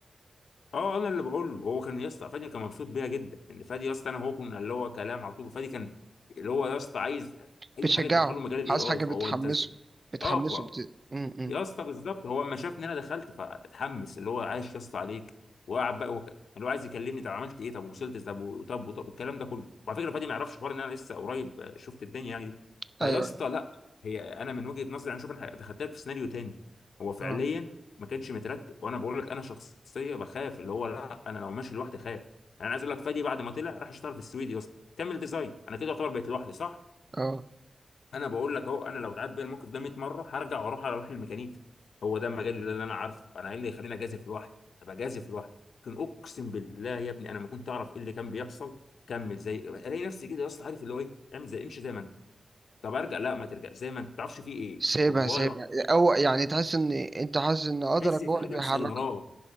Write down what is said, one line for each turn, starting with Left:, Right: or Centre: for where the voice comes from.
Left: اه انا اللي بقول له هو كان يا اسطى فادي كان مبسوط بيها جدا ان فادي يا اسطى انا هو كنا اللي هو كلام على طول فادي كان اللي هو يا اسطى عايز اي
Right: بتشجعه
Left: حاجه تدخله مجال الاي
Right: عايز
Left: اي
Right: حاجة
Left: فهو
Right: بتحمسه
Left: انت
Right: بتحمسه
Left: اه ف-
Right: بت... م -م.
Left: يا اسطى بالظبط هو اما شافني انا دخلت فاتحمس اللي هو عايش يا اسطى عليك وقعد بقى وك... اللي هو عايز يكلمني طب عملت ايه طب وصلت ازاي؟ طب طب طب وط- والكلام ده كله وعلى فكره فادي ما يعرفش حوار ان انا لسه قريب آه، شفت الدنيا يعني دي فيا
Right: ايوه
Left: اسطى لا هي انا من وجهه نظري انا شوف انا دخلت لك في سيناريو تاني هو فعليا
Right: اه
Left: ما كانش مترتب وانا بقول لك انا شخصيه بخاف اللي هو لا انا لو ماشي لوحدي خايف يعني انا عايز اقول لك فادي بعد ما طلع راح اشتغل في السويد يا اسطى كمل ديزاين انا كده يعتبر بقيت لوحدي صح
Right: اه
Left: انا بقول لك اهو انا لو اتعاد بيا الموقف ده 100 مره هرجع واروح اروح للميكانيكي هو ده المجال اللي انا عارفه انا ايه اللي يخليني اجازف لوحدي ابقى جازف لوحدي لكن اقسم بالله يا ابني انا ما كنت اعرف ايه اللي كان بيحصل كمل زي الاقي نفسي كده يا اسطى عارف اللي هو ايه اعمل زي امشي زي ما انت طب ارجع لا ما ترجع زي ما انت ما تعرفش فيه ايه
Right: سيبها
Left: والله
Right: سيبها
Left: العظيم
Right: او يعني تحس ان انت حاسس ان قدرك
Left: تحس في
Right: هو اللي
Left: حاجه
Right: بيحركك
Left: مسيراك